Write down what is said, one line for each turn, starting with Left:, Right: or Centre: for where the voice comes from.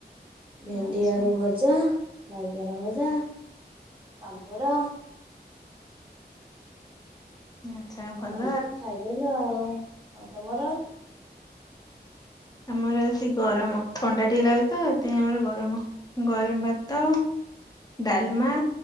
Right: ଭେଣ୍ଡି
Left: ଆଚ୍ଛା।
Right: ଆଳୁ ଭଜା, ବାଇଗଣ ଭଜା ପାମ୍ପଡ଼।
Left: ଆଚ୍ଛା ଆଉ। ଭଲ
Right: ଏମିତି ଖାଇଦେଲୁ ଆଉ, ଆଉ ତମର?
Left: ଆମର ଆଜି ଗରମ, ଥଣ୍ଡା ଟିକେ ଲାଗୁଚି ତ ସେଥିପାଇଁ ଆମର ଗରମ, ଗରମ ଭାତ ଡାଲମା,